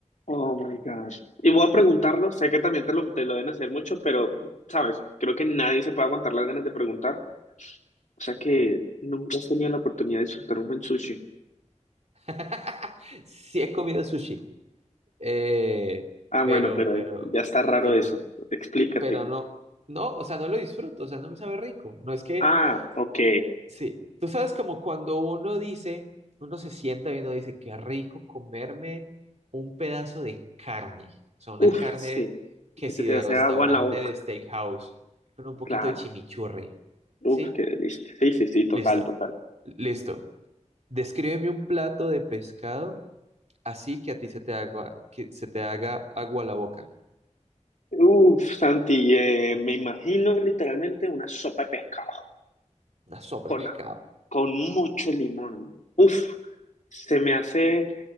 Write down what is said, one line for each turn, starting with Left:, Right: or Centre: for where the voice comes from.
Left: oh my gosh. Y voy a preguntarlo, sé que también te lo, te lo deben hacer mucho, pero, sabes, creo que nadie se puede aguantar las ganas de preguntar, o sea que nunca has tenido la oportunidad de disfrutar un buen sushi.
Right: <laughs> Sí he comido sushi, eh,
Left: Ah,
Right: pero,
Left: bueno, pero
Right: pero,
Left: ahí ya está raro
Right: pero,
Left: eso, explícate.
Right: pero no, no, o sea, no lo disfruto, o sea, no me sabe rico. No es que,
Left: Ah, ok,
Right: sí, tú sabes como cuando uno dice, uno se sienta y uno dice, qué rico comerme un pedazo de carne, o sea, una
Left: uf,
Right: carne
Left: sí,
Right: que
Left: que
Right: si
Left: se te
Right: de
Left: hace
Right: restaurante
Left: agua en la boca,
Right: de steakhouse, con un poquito
Left: claro.
Right: de chimichurri,
Left: Uf,
Right: ¿sí?
Left: qué delicia. Sí, sí, sí, total,
Right: Listo,
Left: total.
Right: listo. Descríbeme un plato de pescado así que a ti se te haga, que se te haga agua la boca.
Left: Uf, Santi, eh, me imagino literalmente una sopa de pescado
Right: Una sopa
Left: con,
Right: de pescado.
Left: a- con mucho limón. Uf, se me hace